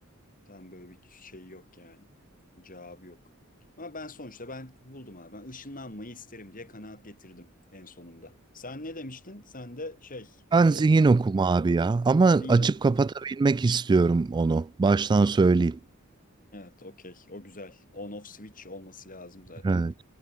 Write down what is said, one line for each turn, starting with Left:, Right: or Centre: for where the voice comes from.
Left: Tam böyle bir şey yok yani. Cevabı yok. Ama ben sonuçta ben buldum abi. Ben ışınlanmayı isterim diye kanaat getirdim en sonunda. Sen ne demiştin? Sen de şey,
Right: Ben
Left: e,
Right: zihin okuma abi ya. Ama
Left: Zinok
Right: açıp kapatabilmek
Left: mu?
Right: istiyorum onu. Baştan söyleyeyim.
Left: Evet, okey. O güzel. On off switch olması lazım zaten.
Right: Evet.